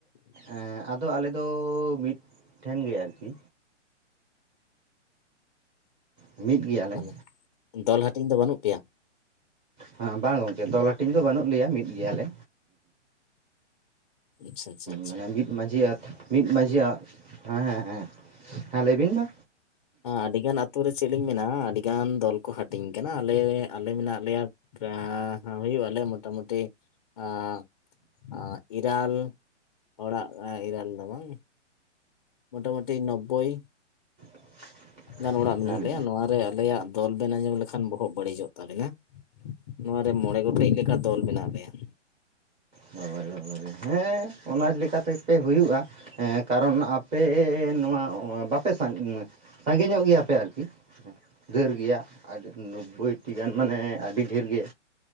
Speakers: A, on the right; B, on the left.
A: ᱮᱸ ᱟᱫᱚ ᱟᱞᱮᱫᱚ ᱢᱤᱫ᱾ ᱴᱷᱮᱱ ᱜᱮ ᱟᱨᱠᱤ᱾ ᱢᱤᱫ ᱜᱮᱭᱟᱞᱮ᱾
B: ᱢᱟᱱᱮ ᱫᱚᱞ ᱦᱟᱴᱤᱧ ᱫᱚ ᱵᱟᱱᱩᱜ ᱯᱮᱭᱟ᱾
A: ᱦᱮᱸ ᱵᱟ ᱜᱚᱝᱠᱮ ᱫᱚᱞ ᱦᱟᱴᱤᱧ ᱫᱚ ᱵᱟᱱᱩᱜ ᱞᱮᱭᱟ ᱢᱤᱫ ᱜᱮᱭᱟᱞᱮ᱾
B: ᱟᱪ-ᱪᱷᱟ ᱪᱷᱟ᱾
A: ᱢᱟᱱᱮ ᱢᱤᱫ ᱢᱟᱡᱷᱤ ᱟᱨ ᱢᱤᱫ ᱢᱟᱡᱷᱤ ᱭᱟᱜ ᱦᱮᱸ ᱦᱮᱸ ᱦᱮᱸ ᱦᱮᱸ ᱞᱟᱹᱭ ᱵᱤᱱ ᱢᱟ᱾
B: ᱟᱰᱤᱜᱟᱱ ᱟᱛᱳ ᱨᱮ ᱪᱮᱜ ᱞᱤᱧ ᱢᱮᱱᱟ ᱟᱰᱤᱜᱟᱱ ᱫᱚᱞ ᱠᱚ ᱦᱟᱴᱤᱧ ᱠᱟᱱᱟ ᱟᱞᱮ ᱟᱞᱮ ᱢᱮᱱᱟᱜ ᱞᱮᱭᱟ᱾ ᱯᱨᱟ ᱦᱩᱭᱩᱜ ᱟᱞᱮ ᱢᱳᱴᱟᱢᱩᱴᱤ ᱟᱸ᱾ ᱟᱸ ᱤᱨᱟᱞ ᱚᱲᱟᱜ ᱤᱨᱟᱞ ᱫᱚ ᱵᱟᱝ᱾ ᱢᱳᱴᱟ ᱢᱩᱴᱤ ᱱᱚᱵᱵᱳᱭ᱾
A: <inaudible>
B: ᱜᱟᱱ ᱚᱲᱟᱜ ᱢᱮᱱᱟᱜ
A: ᱦᱩᱸ
B: ᱞᱮᱭᱟ ᱱᱚᱣᱟ ᱨᱮ ᱟᱞᱮᱭᱟᱜ ᱫᱚᱞ ᱵᱮᱱ ᱟᱸᱡᱚᱢ ᱞᱮᱠᱷᱟᱱ ᱵᱚᱦᱚᱜ ᱵᱟᱹᱲᱤᱡᱚᱜ ᱛᱟᱵᱮᱱᱟ᱾ ᱱᱚᱣᱟ ᱨᱮ ᱢᱚᱬᱮ ᱜᱚᱴᱮᱡ ᱞᱮᱠᱟ ᱫᱚᱞ ᱢᱮᱱᱟᱜ ᱞᱮᱭᱟ᱾
A: ᱵᱟᱵᱟᱨᱮ ᱵᱟᱵᱟᱨᱮ ᱦᱮᱸ᱾ ᱚᱱᱟᱡ ᱞᱮᱠᱟᱛᱮ ᱯᱮ ᱦᱩᱭᱩᱜ-ᱟ᱾ ᱮᱻ ᱠᱟᱨᱚᱱ ᱟᱯᱮ ᱱᱚᱣᱟ ᱵᱟᱯᱮ ᱥᱟ ᱥᱟᱸᱜᱤ ᱧᱚᱜ ᱜᱮᱭᱟᱯᱮ ᱟᱨᱠᱤ᱾ ᱰᱷᱟᱹᱨ ᱜᱮᱭᱟ ᱟᱰᱤ ᱱᱳᱵᱽᱵᱳᱭᱴᱤ ᱜᱟᱱ ᱢᱟᱱᱮ ᱟᱰᱤ ᱰᱷᱮᱨ ᱜᱮ᱾